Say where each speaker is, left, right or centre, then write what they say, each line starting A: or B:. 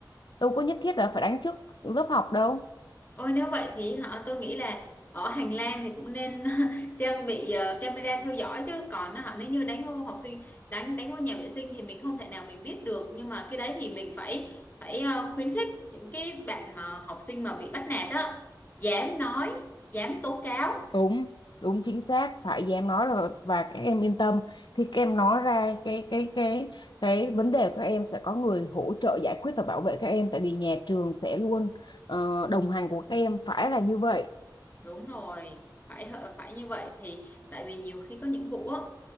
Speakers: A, on the left (about 75°); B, on the left (about 25°).
A: đâu có nhất thiết là phải đánh trước lớp học đâu
B: Ôi nếu vậy thì họ tôi nghĩ là ở hành lang thì cũng nên <laughs> trang bị ờ, camera theo dõi chứ còn họ nếu như đánh vô học sinh đánh đánh vô nhà vệ sinh thì mình không thể nào mình biết được nhưng mà cái đấy thì mình phải phải ờ, khuyến khích những cái bạn mà học sinh mà bị bắt nạt á dám nói dám tố cáo
A: đúng đúng chính xác phải với em nói là và các em yên tâm khi các em nói ra cái cái cái cái vấn đề của các em sẽ có người hỗ trợ giải quyết và bảo vệ các em tại vì nhà trường sẽ luôn ờ, đồng hành của các em phải là như vậy
B: đúng rồi phải phải như vậy thì tại vì nhiều khi có những vụ á